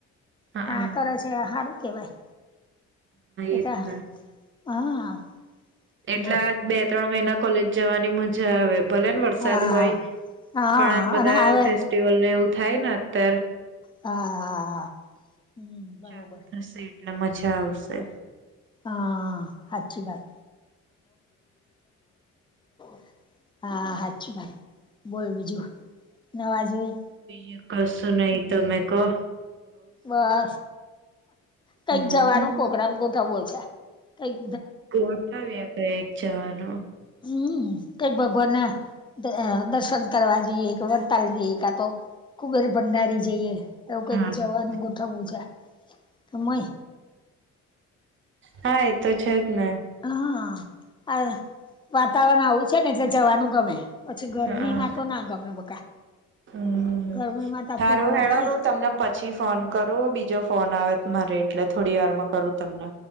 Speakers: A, on the right; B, on the left.
A: હા
B: પણ
A: હા
B: આ કરે છે સારું કેવાય એ
A: એજને
B: કે હા
A: એટલે
B: બોલ
A: આ બે ત્રણ મહિના કોલેજ જવાની મજા આવે ભલે ને વરસાદ
B: હા
A: હોય
B: હા
A: પણ આમ બધા
B: અને હવે
A: ફેસ્ટિવલને એવું થાય ન અત્યારે
B: હા હમ બરોબર
A: ચાલુ થશે એટલે મજા આવશે.
B: હા હાચી વાત <unintelligible> હા સાચી વાત બોલ બીજું નવા જુની
A: બીજ કશું નહી તમે કો
B: બસ કઈક
A: હમ
B: જવાનું પ્રોગ્રામ ગોઠવવો છે કઈક
A: ગોઠાવ્યા કઈક જવાનો
B: હમ કઈક ભગવાનના દર્શન કરવા જઈએ વડતાલ જઈએ કા તો કુબેર ભંડારી જઈએ. એવું કઈક
A: હા
B: જવાનું
A: બરાબર
B: ગોઠવું છે કે મય
A: હા એ તો છે જ ને
B: હા આ વાતાવરણ આવું છે ને એટલે જવાનું ગમે. પછી ગરમી
A: હા
B: માં તો ના ગમે બકા.
A: હમ
B: ગરમીમાં તો આપડી
A: હારું
B: ઉંમર
A: હેડો
B: થાય
A: ન હું તમને પ પછી ફોન કરો બીજો ફોન આવે મારે એટલે થોડી વારમાં કરું તમને